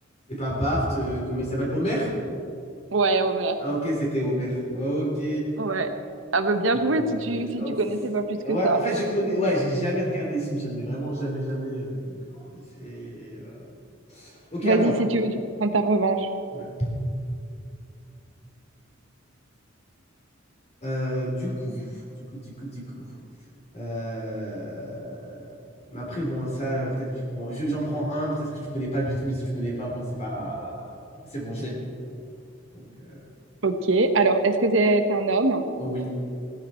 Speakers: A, on the left; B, on the right.
A: C'est pas Bart, euh, comment il s'appelle? Homer?
B: ouais, Homer.
A: Ah ok, c'était Homer. Ok.
B: Ouais. Ah bah bien
A: C'était.
B: joué si tu si
A: Oh,
B: tu
A: pff.
B: connaissais pas plus
A: Ouais,
B: que ça.
A: en fait, je connais. Ouais, j'ai jamais regardé les Simpsons, mais vraiment jamais, jamais. euh, donc, euh, c'est. voilà. Ok,
B: Vas-y,
A: à moi.
B: si tu veux, tu peux prendre ta revanche.
A: Ouais. Euh, du coup, du coup, du coup, du coup. Euh, Mais après, bon, ça, peut-être. tu- Bon, je- j'en prends un, peut-être que tu connais pas du tout, et si tu connais pas, bon, c'est pas. C'est bon, j'ai. Donc, euh,
B: Ok. Alors, est-ce que c'est un homme?
A: Oh oui,